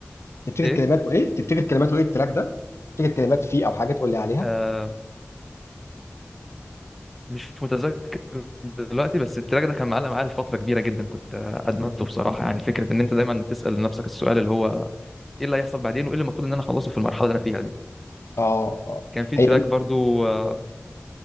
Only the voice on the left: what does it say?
تفتكر
كلماته ايه تفتكر كلماته ايه التراك ده تفتكر كلمات فيه او حاجه تقول لي عليها
اه اه
هي